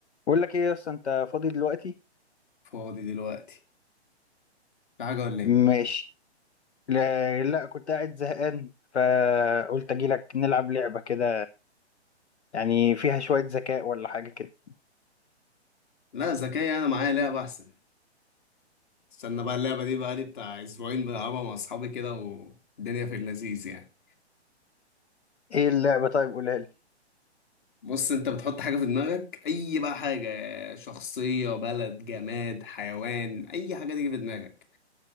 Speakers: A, on the left; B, on the left.
A: بقول لك ايه اصلا انت فاضي دلوقتي
B: فاضي دلوقتي في حاجة ولا ايه؟
A: ماشي لا, لا كنت قاعد زهقان فقلت اجي لك نلعب لعبة كده يعني فيها شوية ذكاء ولا حاجة كده
B: لا ذكية أنا معايا لعبة أحسن استنى بقى اللعبة دي بقى لي بتاع أسبوعين بلعبها مع أصحابي كده والدنيا في اللذيذ يعني
A: ايه اللعبة طيب قولها لي
B: بص أنت بتحط حاجة في دماغك أي بقى حاجة شخصية بلد جماد حيوان أي حاجة تيجي في دماغك